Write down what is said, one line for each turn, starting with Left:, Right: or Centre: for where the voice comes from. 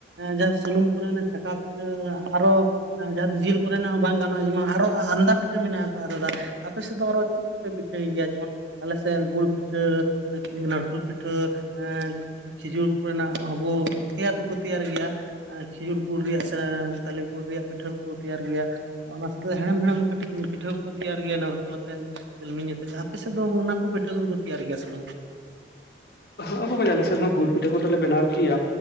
Right: ᱡᱟᱦᱟᱸ ᱥᱩᱱᱩᱢ ᱠᱚᱨᱮᱱᱟᱜ ᱪᱷᱟᱠᱟᱣ ᱯᱤᱴᱷᱟᱹ ᱟᱨᱚ ᱡᱟᱦᱟᱸ ᱫᱚ ᱡᱤᱞ ᱠᱚᱨᱮᱱᱟᱜ ᱦᱚᱸ ᱵᱟᱝ ᱜᱟᱱᱚᱜᱼᱟ, ᱡᱮᱢᱚᱱ ᱟᱨᱚ ᱟᱸᱫᱟ ᱯᱤᱴᱷᱟᱹ ᱢᱮᱱᱟᱜ ᱟᱠᱟᱫ ᱟ ᱟᱯᱮ ᱥᱮᱫ ᱫᱚ ᱟᱨᱚ ᱪᱮᱫ ᱪᱮᱫ ᱠᱚᱯᱮ ᱯᱤᱴᱷᱟᱹᱭ ᱜᱮᱭᱟ? ᱡᱮᱢᱚᱱ ᱟᱞᱮ ᱥᱮᱫ ᱜᱩᱲ ᱯᱤᱴᱷᱟᱹ ᱱᱟᱲᱠᱳᱞ ᱯᱤᱴᱷᱟᱹ ᱮᱸ ᱠᱷᱤᱡᱩᱨ ᱠᱚᱨᱮᱱᱟᱜ ᱦᱚᱸᱵᱚ ᱛᱮᱭᱟᱨ ᱫᱚᱠᱚ ᱛᱮᱭᱟᱨ ᱜᱮᱭᱟ ᱾ ᱠᱷᱤᱡᱩᱨ ᱜᱩᱲ ᱨᱮᱭᱟᱜ ᱥᱮ ᱛᱟᱞᱮ ᱜᱩᱲ ᱨᱮᱭᱟᱜ ᱯᱤᱴᱷᱟᱹ ᱠᱚ ᱛᱮᱭᱟᱨ ᱜᱮᱭᱟ ᱾ ᱚᱱᱟ ᱥᱟᱶᱛᱮ ᱦᱮᱢ ᱦᱮᱢ ᱠᱟᱹᱴᱤᱡ ᱯᱤᱴᱷᱟᱹ ᱠᱚᱠᱚ ᱛᱮᱭᱟᱨ ᱜᱮᱭᱟ ᱱᱟᱲᱠᱳ ᱟᱛᱮᱜ ᱡᱤᱞᱢᱤᱧ ᱟᱛᱮᱫ, ᱟᱨ ᱟᱯᱮ ᱥᱮᱫ ᱫᱚ ᱚᱱᱟ ᱠᱚ ᱯᱤᱴᱷᱟᱹ ᱠᱚᱫᱚᱠᱚ ᱛᱮᱭᱟᱨ ᱜᱮᱭᱟ ᱥᱮ ᱵᱟᱝ?
Left: ᱟᱚ ᱟᱞᱮᱥᱮᱫ ᱦᱚᱸ ᱜᱩᱲ ᱯᱤᱴᱷᱟᱹ ᱠᱚᱫᱚᱞᱮ ᱵᱮᱱᱟᱣ ᱠᱮᱭᱟ